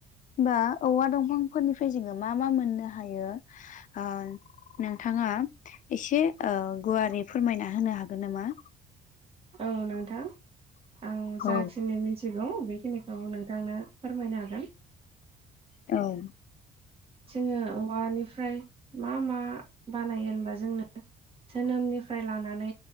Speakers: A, on the left; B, on the right.
A: होनबा औवा दंफांफोरनिफ्राय जोङो मा मा मोननो हायो हागोन
B: औ नोंथां आं
A: औ
B: जाखिनि मिथिगौ बे खिनिखौ नोंथांनो फोरमायनो हागोन
A: औ
B: जोङो औवानिफ्राय मा मा बानायो होनबा जोंनो जोनोमनिफ्राय लानानै